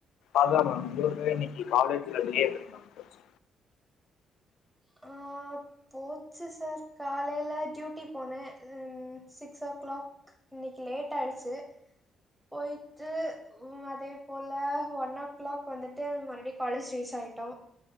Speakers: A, on the left (about 80°); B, in the centre.
A: அதா மேம் உங்களுக்கு இன்னக்கி காலேஜ்ல டே எப்டி மேம் போச்சு
B: ஆ போச்சு சார் காலைல டியூட்டி போனே ம் சிக்ஸ் ஓ க்ளாக் இன்னக்கி லேட்டாயிருச்சு போய்ட்டு உ அதே போல ஒன் ஓ கிளாக் வந்துட்டு மறுபடி காலேஜ் ரீச் ஆயிட்டோ